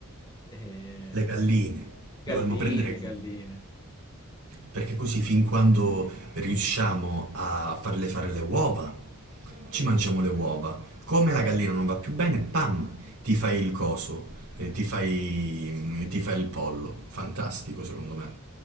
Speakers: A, on the left (about 20°); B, on the right (about 65°).
A: e...
B: Le galline.
A: galline,
B: Dovremmo prendere galline.
A: galline.
B: Perché così fin quando riusciamo a farle fare le uova, ci mangiamo le uova. Come la gallina non va più bene, pam, ti fai il coso, eh, ti fai, mm, ti fai il pollo. Fantastico secondo me.